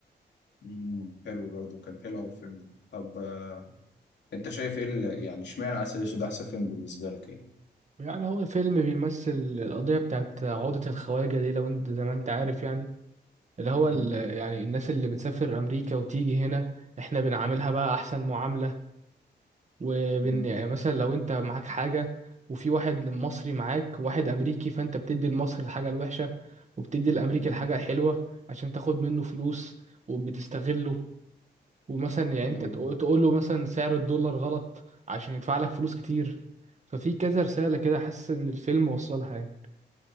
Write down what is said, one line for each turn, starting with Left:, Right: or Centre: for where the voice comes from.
Left: مم. حلو برضه كان حلو أوي الفيلم ده. طب آه، انت شايف ايه ال- يعني اشمعنى عسل اسود احسن فيلم بالنسبة لك يعني
Right: يعني هو فيلم بيمثل القضيه بتاعت عقده الخواجه دي لو انت زي ما انت عارف يعني اللي هو
Left: مم.
Right: ال- يعني الناس اللي بتسافر امريكا وتيجي هنا احنا بنعاملها بقى احسن معامله وبين
Left: مم.
Right: يعني مثلا لو انت معاك حاجة وفي واحد مصري معاك وواحد امريكي فانت بتدي المصري الحاجة الوحشة وبتدي الامريكي
Left: مم.
Right: الحاجة الحلوة عشان تاخد منه فلوس وبتستغله ومثلا يعني
Left: مم.
Right: انت تقول له مثلا سعر الدولار غلط عشان يدفع لك فلوس كتير ففي كذا رسالة كده حاسس ان الفيلم وصلها يعني